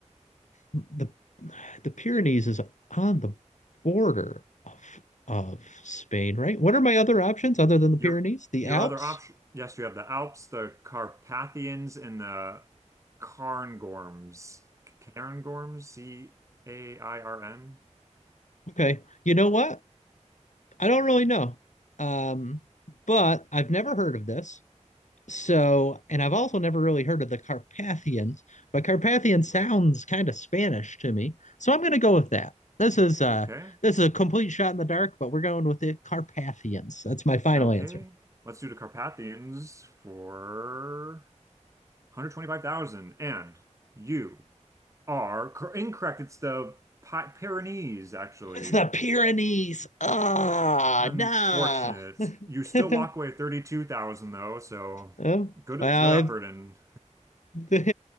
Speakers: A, on the left; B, on the right.
A: the the Pyrenees is on the border of of Spain, right? What are my other options other than the
B: your
A: Pyrenees? The
B: your
A: Alps?
B: other option. Yes, you have the Alps, the Carpathians, and the Cairngorms. Cairngorms. C A I R N.
A: Okay. You know what? I don't really know. Um, but I've never heard of this. So, and I've also never really heard of the Carpathians, but Carpathian sounds kind of Spanish to me. So I'm going to go with that. This is uh
B: Okay.
A: this is a complete shot in the dark, but we're going with the Carpathians. That's my final
B: Okay.
A: answer.
B: Let's do the Carpathians for. 125,000. And you are cor incorrect. It's the Pi Pyrenees, actually.
A: It's the Pyrenees. Ah,
B: Unfortunate.
A: oh, nah.
B: You still walk away
A: <laughs>
B: 32,000 though, so
A: Oh,
B: good
A: well,
B: good effort
A: if,
B: and
A: <laughs> yeah,